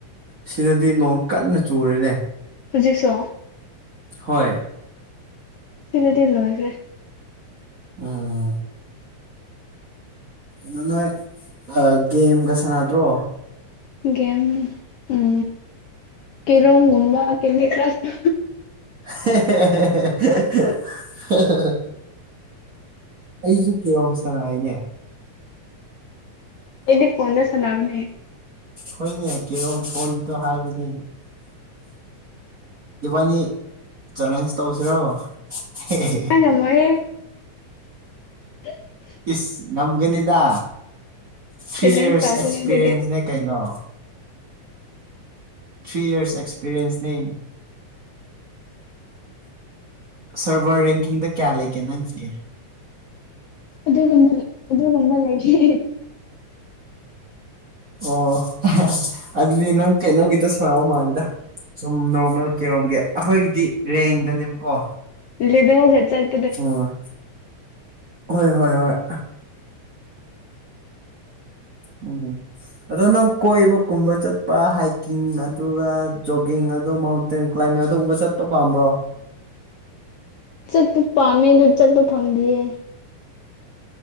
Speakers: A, on the right; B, on the left.
A: ꯁꯤꯗꯗꯤ ꯅꯣꯡ ꯀꯟꯅ ꯆꯨꯔꯦꯅꯦ
B: ꯍꯧꯖꯤꯛꯁꯨ
A: ꯍꯣꯏ
B: ꯁꯤꯗꯗꯤ ꯂꯣꯏꯈ꯭ꯔꯦ
A: ꯎꯝ ꯀꯩꯅꯣ ꯅꯣꯏ ꯑ ꯒꯦꯝꯒ ꯁꯥꯟꯅꯗ꯭ꯔꯣ
B: ꯒꯦꯝ ꯎꯝ ꯀꯦꯔꯣꯝꯒꯨꯝꯕꯥ ꯀꯦꯟꯗꯤ ꯀ꯭ꯔꯁ
A: ꯍꯦ ꯍꯦ ꯍꯦ ꯍꯦ ꯍꯍ ꯍ ꯑꯩꯖꯨ ꯀꯦꯔꯣꯝ ꯁꯥꯟꯅꯩꯅꯦ
B: ꯑꯩꯗꯤ ꯐꯣꯟꯗ ꯁꯟꯅꯕꯅꯦ
A: ꯍꯣꯏꯅꯦ ꯀꯦꯔꯣꯝ ꯐꯣꯟꯒꯤꯗꯣ ꯍꯥꯏꯕꯅꯦ ꯏꯕꯥꯅꯤ ꯆꯦꯂꯦꯟꯖ ꯇꯧꯁꯤꯔꯣ ꯍꯦ ꯍꯦ ꯍꯦ
B: ꯉꯝꯃꯣꯏꯌꯦ <inaudible>
A: ꯏꯁ ꯉꯝꯒꯅꯤꯗ ꯊ꯭ꯔꯤ
B: ꯆꯦꯂꯦꯟꯖ
A: ꯏꯔꯁ
B: ꯇꯧꯁꯤꯅꯦ
A: ꯑꯦꯛꯁꯄꯤꯔꯤꯌꯦꯟꯁꯅꯦ
B: ꯑꯗꯨꯗꯤ
A: ꯀꯩꯅꯣ ꯊ꯭ꯔꯤ ꯏꯔꯁ ꯑꯦꯛꯁꯄꯤꯔꯤꯌꯦꯟꯁꯅꯦ ꯁꯔꯚꯔ ꯔꯦꯡꯀꯤꯡꯗ ꯀꯌꯥ ꯂꯩꯒꯦ ꯅꯪꯒꯤꯗꯤ
B: ꯑꯗꯨꯒꯨꯝꯕ ꯑꯗꯨꯒꯨꯝꯕ ꯂꯩꯇꯦ
A: ꯑꯣ ꯑꯗꯨꯗꯤ ꯅꯪ ꯀꯩꯅꯣꯒꯤꯇ ꯁꯟꯅꯕ ꯃꯥꯜꯂꯤꯗ ꯁꯨꯝ ꯅꯣꯔꯃꯦꯜ ꯀꯦꯔꯣꯝꯒꯤ ꯑꯈꯣꯏꯒꯤꯗꯤ ꯔꯦꯡꯗꯅꯦꯕꯀꯣ
B: ꯂꯤꯕꯦꯜꯗ ꯆꯠ
A: ꯑꯣ ꯍꯣꯏ ꯍꯣꯏ ꯍꯣꯏ ꯎꯝ ꯑꯗꯣ ꯅꯪ ꯀꯣꯏꯕ ꯀꯨꯝꯕ ꯆꯠꯄ ꯍꯥꯏꯛꯀꯤꯡ ꯑꯗꯨꯒ ꯖꯣꯒꯤꯡ ꯑꯗꯣ ꯃꯥꯎꯟ ꯇꯦꯟ ꯀ꯭ꯂꯥꯏꯃꯦꯠ ꯑꯗꯨꯒꯨꯝꯕ ꯆꯠꯄ ꯄꯥꯝꯕ꯭ꯔꯣ
B: ꯆꯠꯄ ꯄꯥꯝꯃꯦ ꯑꯗꯨ ꯆꯠꯄ ꯐꯪꯗꯤꯌꯦ